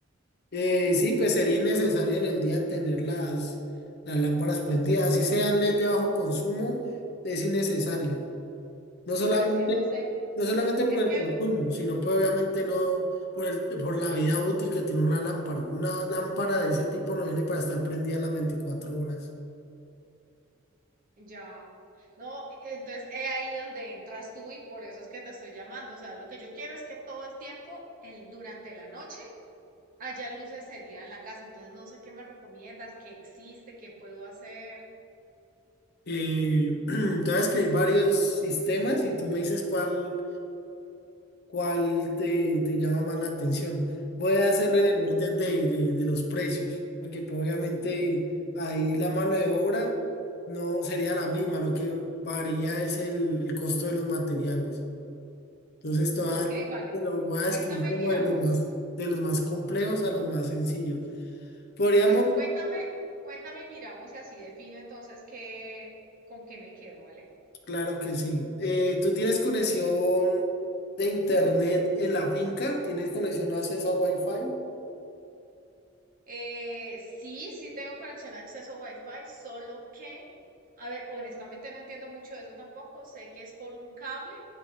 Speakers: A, on the left; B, on the right.
A: Eh, sí, pues sería necesario en el día tener las, las lámparas prendidas, así sean LED de bajo consumo, es innecesario. No solamente,
B: Pero es que no sé.
A: no solamente
B: Es
A: por el
B: que
A: consumo,
B: el-
A: sino pues obviamente no por el, por la vida útil que tiene una lámpara. Una lámpara de ese tipo no viene para estar prendida las veinticuatro horas.
B: Ya. No, entonces es ahí donde entras tú y por eso es que te estoy llamando. O sea, lo que yo quiero es que todo el tiempo, el- durante la noche, haya luces el día en la casa. Entonces no sé qué me recomiendas, qué existe, qué puedo hacer.
A: Eh, <clears throat> te voy a escribir varios sistemas y tú me dices cuál, cuál te, te llama más la atención. Voy a hacerlo
B: Vale.
A: en el orden de, de- de los precios, porque pues, obviamente ahí la mano de obra no sería la misma, lo que varía es el el costo de los materiales. Entonces, todas
B: Ok, vale.
A: te lo voy a describir
B: Cuéntame
A: como
B: y miramos.
A: de los más, de los más complejos a los más sencillos. ¿Podríamos?
B: Vale, cuéntame, cuéntame y miramos y así defino entonces qué, con qué me quedo, ¿vale?
A: Claro que sí. Eh, ¿tú tienes conexión de internet en la finca? ¿Tienes conexión o acceso a Wi-Fi?
B: Eh, sí, sí tengo conexión de acceso Wi-Fi, solo que, a ver, honestamente no entiendo mucho de eso tampoco. Sé que es por un cable,